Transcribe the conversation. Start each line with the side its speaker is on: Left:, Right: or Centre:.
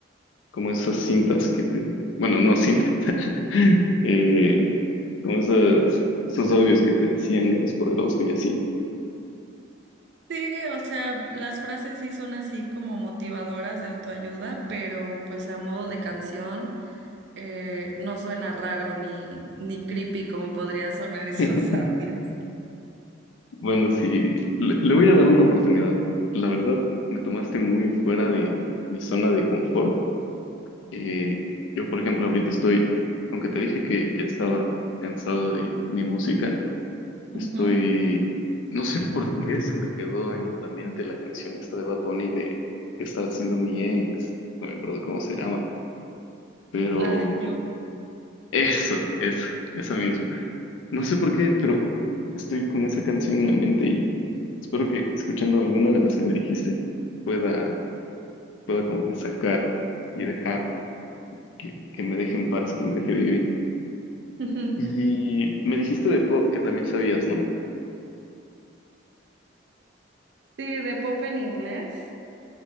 Left: como esas cintas que te, bueno, no cintas, <laughs> eh, como esas, esos audios que te decían eres poderoso y así.
Right: Sí, o sea, las frases sí son así como motivadoras de autoayuda, pero pues a modo de canción eh, no suena raro ni, ni creepy como podría sonar <laughs> esos
Left: <laughs>
Right: audios.
Left: Bueno, sí, le, le voy a dar una oportunidad. La verdad, me tomaste muy fuera de mi zona de confort. Eh, yo, por ejemplo, ahorita estoy, aunque te dije que ya estaba cansado de mi música, Estoy,
Right: Ujú.
Left: no sé por qué se me quedó en la mente la canción esta de Bad Bunny de ¿Qué estará haciendo mi ex? No me acuerdo cómo se llama, pero
Right: La del club.
Left: eso, eso, eso mismo. No sé por qué, pero estoy con esa canción en la mente y espero que escuchando alguna de las que me dijiste pueda, pueda como que sacar y dejar que, que me deje en paz, que me deje vivir.
Right: <laughs>
Left: Y me dijiste de pop que también sabías, ¿no?
Right: Sí, de pop en inglés.